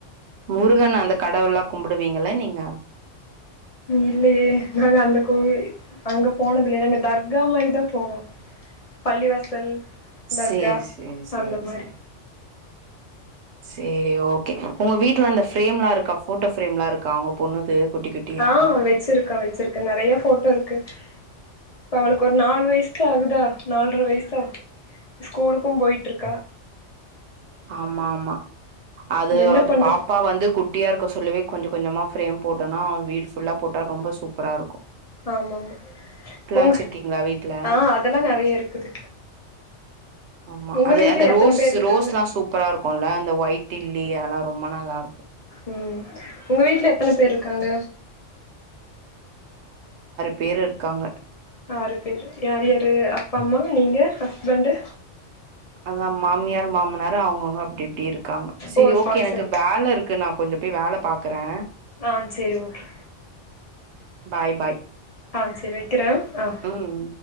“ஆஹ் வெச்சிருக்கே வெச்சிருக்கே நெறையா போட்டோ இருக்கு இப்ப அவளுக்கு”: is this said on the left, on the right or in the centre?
Left